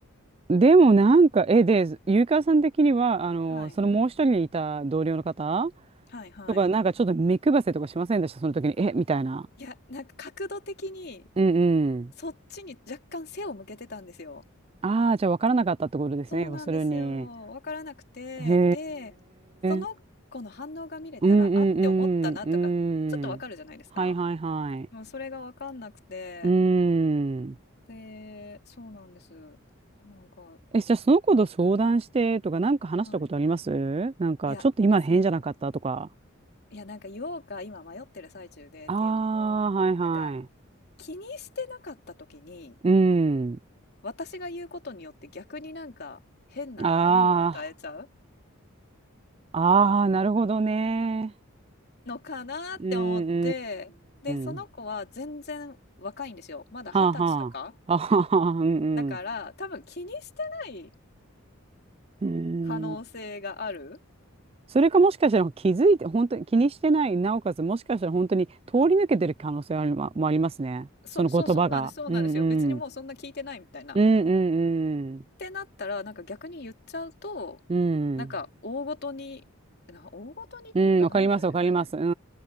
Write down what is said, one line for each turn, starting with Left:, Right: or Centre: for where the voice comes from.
Right: でもなんか、え、で、ゆうかわさん的には、あの、
Left: はい、
Right: そのもう一人いた同僚の方
Left: はい、はい。
Right: とか、なんかちょっと目配せとかしませんでした、その時に。え、みたいな。
Left: いや、なんか角度的に、
Right: うんうん。
Left: そっちに若干背を向けてたんですよ。
Right: ああ、じゃあ分からなかったってことですね、
Left: そうなんですよ。
Right: 要するに。
Left: わからなくて、
Right: へ
Left: で、えその子の反応が見れたら、
Right: え。うんうんう
Left: あって思ったなとか、ちょっとわかるじゃないですか。
Right: ん。うん。はいはいはい。
Left: でもそれがわかんなくて、
Right: うん。
Left: で、そうなんです。なんか、
Right: え、じゃあその子と相談してとか、なんか話したことありますなんか、
Left: はい。いや、
Right: ちょっと今変じゃなかったとか。
Left: そう。いや、なんか言おうか、今迷ってる最中でっていうのも、
Right: ああ、はいはい。
Left: なんか、気にしてなかった時に、
Right: うん。
Left: 私が言うことによって逆になんか変な悩みを与えちゃう。
Right: ああ、ああ、なるほどね。
Left: のかなって思って、
Right: うん、う
Left: で、その子は全然若いんですよ。
Right: ん、うん。
Left: まだ二十歳とか。
Right: はあ、はあ。あはは、うん、
Left: だから、多分気にしてない
Right: うん。
Left: 可能性がある。
Right: うん。それかもしかしたら気づいて、本当に気にしてない、なおかつもしかしたら本当に通り抜けてる可能性ありま、もありますね。
Left: そう、
Right: その言葉が。
Left: そう、そうなんです、そうなんですよ。
Right: うん、うん。
Left: 別にもうそんな聞いてないみたいな。
Right: うん、
Left: っ
Right: うん、うん。
Left: てなったら、なんか逆に言っちゃうと、
Right: うん。
Left: なんか大ごとに、な、大ごとにっていうか、
Right: うん、わかります、
Left: なんて言うんですかね。
Right: わかります。うん、う